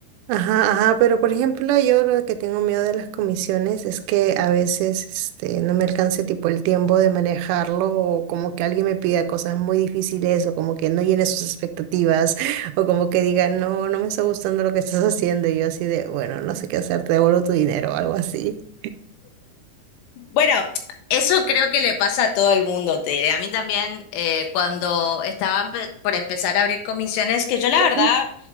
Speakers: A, on the right (about 85°); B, on the left (about 80°).
A: Ajá, ajá, pero por ejemplo, yo lo que tengo miedo de las comisiones es que a veces este, no me alcance tipo el tiempo de manejarlo o como que alguien me pida cosas muy difíciles o como que no llene sus expectativas <laughs> o como que diga, no, no me está gustando lo que estás haciendo y yo así de, bueno, no sé qué hacer, te devuelvo tu dinero o algo así.
B: Bueno, eso creo que le pasa a todo el mundo, te diré. A mí también, eh, cuando estaba empe- por empezar a abrir comisiones, que yo la
A: Ujú.
B: verdad